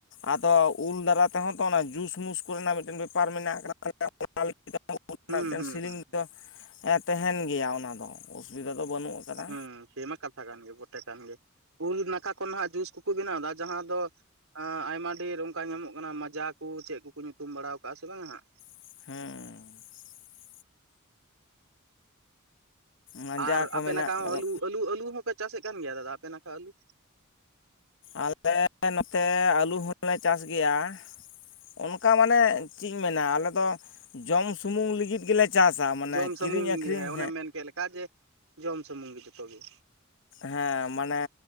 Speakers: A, on the left; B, on the right.
A: ᱟᱫᱚ ᱩᱞ ᱫᱟᱨᱟ ᱛᱮᱦᱚᱸ ᱛᱚ ᱚᱱᱟ ᱡᱩᱥᱢᱩᱥ ᱠᱚ ᱨᱮᱱᱟᱜ ᱢᱤᱫᱴᱮᱱ ᱵᱮᱯᱟᱨ ᱢᱮᱱᱟᱜᱼᱟ <inaudible>
B: ᱦᱩᱸ
A: ᱢᱤᱫᱴᱮᱱ
B: ᱦᱩᱸ
A: ᱥᱤᱞᱤᱝ
B: ᱦᱩᱸ
A: ᱫᱚ ᱦᱮᱸ ᱛᱟᱦᱮᱱ ᱜᱮᱭᱟ ᱚᱱᱟ ᱫᱚ ᱚᱥᱩᱵᱤᱫᱟ ᱫᱚ ᱵᱟᱹᱱᱩᱜ ᱟᱠᱟᱫᱟ
B: ᱦᱮᱸ ᱥᱮᱢᱟ ᱠᱟᱛᱷᱟ ᱠᱟᱱ ᱜᱮ ᱵᱚᱴᱮ ᱠᱟᱱ ᱜᱮ ᱩᱞ ᱱᱟᱠᱷᱟ ᱠᱷᱚᱱ ᱱᱟᱟᱜ ᱡᱩᱥ ᱠᱚᱠᱩ ᱵᱮᱱᱟᱣ ᱮᱫᱟ ᱡᱟᱦᱟᱸ ᱫᱚ ᱟᱭᱢᱟ ᱰᱷᱮᱨ ᱚᱱᱠᱟ ᱧᱟᱢᱚᱜ ᱠᱟᱱᱟ ᱢᱟᱡᱟ ᱠᱚ ᱪᱮᱫ ᱠᱚᱠᱚ ᱧᱩᱛᱩᱢ ᱵᱟᱲᱟ ᱠᱟᱜᱼᱟ ᱥᱮ ᱵᱟᱝᱟ ᱦᱟᱸᱜ
A: ᱦᱮᱸ ᱢᱟᱸᱡᱟ
B: ᱟᱨ
A: ᱠᱚ
B: ᱟᱯᱮ
A: ᱢᱮᱱᱟᱜ
B: ᱱᱟᱠᱷᱟ ᱦᱚᱸ
A: ᱟᱠᱟᱫᱟ
B: ᱟᱹᱞᱩ ᱟᱹᱞᱩ ᱟᱹᱞᱩ ᱦᱚᱸᱯᱮ ᱪᱟᱥᱮᱫ ᱠᱟᱱ ᱜᱮᱭᱟ ᱫᱟᱫᱟ ᱟᱯᱮ ᱱᱟᱠᱷᱟ ᱟᱹᱞᱩ
A: ᱟᱞᱮ ᱱᱚᱛᱮ ᱟᱹᱞᱩ ᱦᱚᱸᱞᱮ ᱪᱟᱥ ᱜᱮᱭᱟ ᱚᱱᱠᱟ ᱢᱟᱱᱮ ᱪᱮᱫ ᱤᱧ ᱢᱮᱱᱟ ᱟᱞᱮ ᱫᱚ ᱡᱚᱢ ᱥᱩᱢᱩᱝ ᱞᱟᱹᱜᱤᱫ ᱜᱮᱞᱮ ᱪᱟᱥᱟ ᱢᱟᱱᱮ
B: ᱡᱚᱢ ᱥᱩᱢᱩᱝ
A: ᱠᱤᱨᱤᱧ ᱟᱹᱠᱷᱨᱤᱧ
B: ᱜᱮ ᱦᱮᱸ ᱚᱱᱮᱢ ᱢᱮᱱ ᱠᱮᱫ ᱞᱮᱠᱟ ᱡᱮ ᱡᱚᱢ ᱥᱩᱢᱩᱝ ᱜᱮ ᱡᱚᱛᱚ ᱜᱮ
A: ᱦᱮᱸ ᱢᱟᱱᱮ